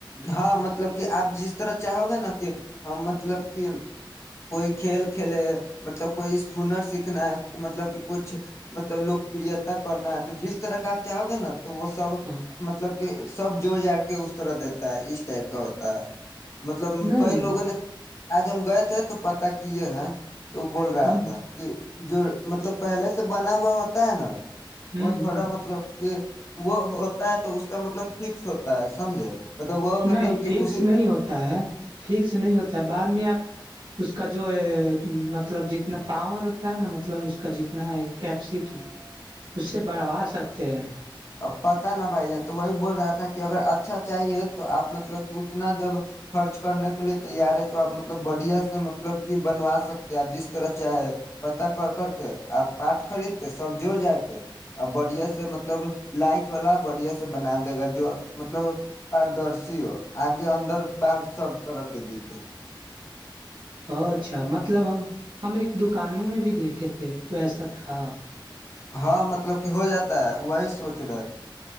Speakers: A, on the left (about 35°); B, on the right (about 65°).
A: ہاں مطلب کہ آپ جس را چاہو گے نا کہ ہم مطلب کہ کوئی کھیل کھیلے مطلب کوئی ہنر سیکھنا مطلب کہ کچھ مطلب لوکپریتا کرنا ہے تو جس طرحقپ چاہو گے نا تو وہ سب
B: ہاں
A: مطلب کہ سب جوور جا کے اس طرح دی ہوتا اس ٹائپ کا ہوتا ہے مطلب
B: نہیں
A: کئی لوگوں نے آج ہم گئے تھے تو پتا کی یہ ہے تو وہ بول رہا
B: ہ
A: تھا کہ جو مطلب پہلے سے بنا ہوا ہوتا ہے نا
B: ہ
A: وہ
B: ہ
A: تھوڑا مطلب کہ وہ ہوتا ہے تو اس کا مطلب فکس ہوتا ہے سمجھے مطلب وہ مطلب
B: نہیں
A: کہ
B: فکس
A: اسی
B: نہیں ہوتا ہے فکس نہیں ہوتا ہے بعد میں آپ اس کا جو ہے مطلب جتنا اتنا پاور ہوتا ہے نا مطلب اس کا جتنا ہے کیپسٹی اس سے بڑھوا سکتے ہیں
A: ا پتا نا بھائی جان تو وہی بول رہا تھا کہ اگر اچھا چاہیے تو آپ مطلب کہ اتنا جب خرچ کرنے کے لیے تیار ہے تو آپ مطلب بڑھیا سے مطلب کہ بنوا سکتے ہیں آپ جس طرح چاہے پت کر کر کے آپ پارٹ خرید کے سب جوڑ جاار کے آ بڑھیا سے مطلب لائٹ والا بڑھیا سے بنا دے گا جو مطلب در سی ہو آگے اندر باہر سب طرح کے دکھے
B: اچھا مطلب ہم ایک دکانوں میں بھی دیکھے تھے تو ایسا تھا
A: ہاں مطلب کہ ہو جاتا ہے وہی سوچ رہے